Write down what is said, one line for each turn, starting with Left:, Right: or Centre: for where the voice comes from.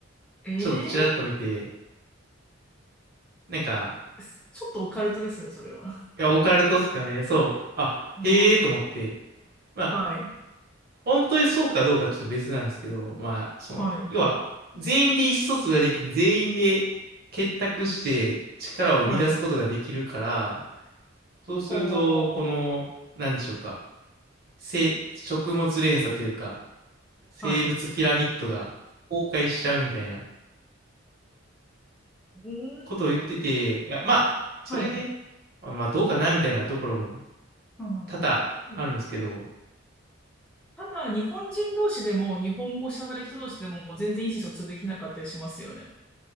Centre: ええ
Right: ちょっとちらっと見て、なんか、
Centre: ーすちょっとオカルトですね、それは。
Right: いや、オカルトっすかね、そう。あ、
Centre: <laughs> あ
Right: へえと思って。まあ、
Centre: あ、はい、
Right: 本当にそうかどうかちょっと別なんですけど、まあ、その、
Centre: はい、
Right: 要は、全員で意思疎通ができて、全員で結託して力を生み出すことができるから、
Centre: はい、
Right: そうすると、
Centre: ほー、
Right: この、なんでしょうか、せ、食物連鎖というか、生物ピラミッドが崩壊しちゃうみたいな
Centre: はい。うーん、
Right: ことを言ってて、いや、まあ、
Centre: はい。
Right: それね、まあ、どうかなみたいなところも
Centre: う
Right: 多々あるんですけど、
Centre: んただ、日本人同士でも、日本語喋る人同士でも、全然意思疎通できなかったりしますよね。